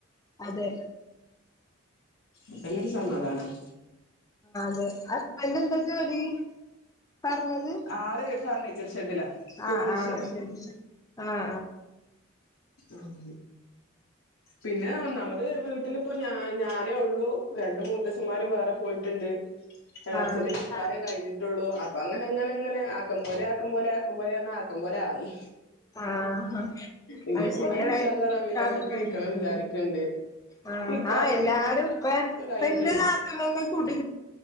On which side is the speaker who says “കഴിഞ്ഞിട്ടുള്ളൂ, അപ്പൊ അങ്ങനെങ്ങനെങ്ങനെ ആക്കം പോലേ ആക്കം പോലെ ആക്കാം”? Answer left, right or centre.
Left